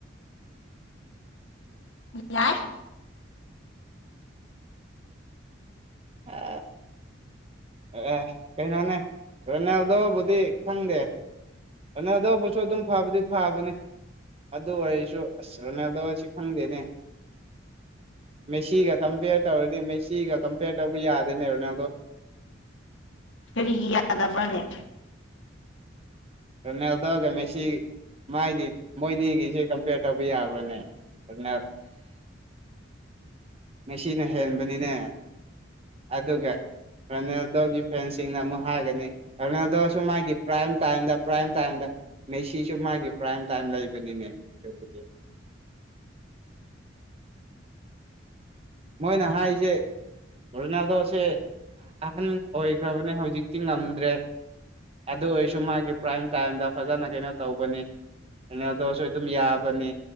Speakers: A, on the left; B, on the right.
A: ꯌꯥꯔ
B: ꯍ ꯑꯦ ꯀꯩꯅꯣꯅꯦ ꯔꯅꯦꯦꯜꯗꯕꯨꯗꯤ ꯈꯪꯗꯦ ꯑ ꯑꯗꯧꯕꯁꯨ ꯑꯗꯨꯝ ꯐꯕꯗꯤ ꯐꯥꯕꯅꯤ ꯑꯗꯨ ꯑꯣꯏꯔꯁꯨ ꯑꯁ ꯔꯅꯦꯗ ꯑꯣꯏꯁꯤ ꯈꯪꯗꯦꯅꯦ ꯃꯦꯁꯤꯒ ꯀꯝꯄꯦꯌꯔ ꯇꯧꯔꯗꯤ ꯃꯦꯁꯤꯒ ꯀꯝꯄꯦꯌꯔ ꯇꯧꯕ ꯌꯥꯗꯦꯅꯦꯕꯅꯦ
A: ꯐꯔꯤꯒꯤ ꯌꯥꯗꯕꯅꯦ
B: ꯀꯗꯒꯦ ꯃꯦꯁꯤ ꯃꯥꯥꯏꯒꯤ ꯃꯣꯏꯅꯤꯒꯤꯁꯦ ꯀꯝꯄꯤꯌꯔ ꯇꯧꯕ ꯌꯥꯕ꯭ꯔꯣꯅꯦ ꯑꯗꯨ ꯃꯁꯤꯅ ꯍꯦꯟꯕꯅꯤꯅꯦ ꯑꯗꯨꯒ ꯔꯔꯅꯦꯜꯗꯣꯒꯤ ꯐꯦꯟꯁꯤꯡꯅ ꯑꯃꯨꯛ ꯍꯥꯏꯒꯅꯤ ꯔꯔꯅꯦꯜꯗꯣꯁꯨ ꯃꯥꯒꯤ ꯄ꯭ꯔꯥꯏꯝ ꯇꯝ ꯄ꯭ꯔꯥꯏꯝ ꯇꯥꯝ ꯅ ꯁꯤꯁꯨ ꯃꯥꯒꯤ ꯄ꯭ꯔꯥꯏꯝ ꯇꯥꯏꯝ ꯂꯩꯕꯅꯤꯅꯦꯕꯨꯗꯤ ꯃꯣꯏꯅ ꯍꯥꯏꯁꯦ ꯔꯣꯅꯥꯜꯗꯣꯁꯦ ꯑꯍꯟ ꯑꯣꯏꯈ꯭ꯔꯕꯅꯦ ꯍꯧꯖꯤꯛꯇꯤ ꯉꯝꯗ꯭ꯔꯦ ꯑꯗꯨ ꯑꯣꯏꯔꯁꯨ ꯃꯥꯒꯤ ꯄ꯭ꯔꯥꯏꯝ ꯇꯥꯏꯝꯗ ꯐꯖꯅ ꯀꯩꯅꯣ ꯇꯧꯕꯅꯤ ꯀꯩꯅꯣꯗꯁꯨ ꯑꯗꯨꯝ ꯌꯥꯕꯅꯦ